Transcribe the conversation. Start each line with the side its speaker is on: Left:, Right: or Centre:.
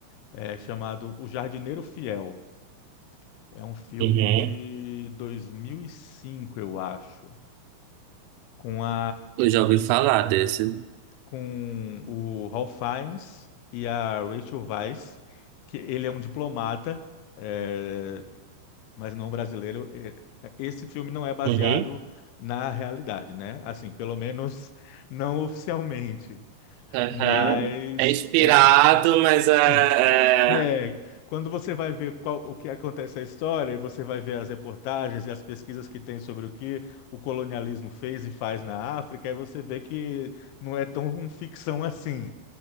Left: é, chamado O Jardineiro Fiel. É um filme
Right: Uhum.
Left: de 2005, eu acho. com a
Right: Eu já ouvi falar desse.
Left: com o Ralph Fiennes e a Rachel Weisz, que ele é um diplomata, é, mas não brasileiro. É, Esse filme não é baseado
Right: Uhum.
Left: na realidade, né? Assim, pelo menos <laughs> não oficialmente.
Right: Aham.
Left: Mas
Right: É inspirado,
Left: é,
Right: mas é.
Left: <laughs> É, quando você vai ver qual- o que acontece na história, e você vai ver as reportagens e as pesquisas que tem sobre o que o colonialismo fez e faz na África, aí você vê que não é tão um ficção assim,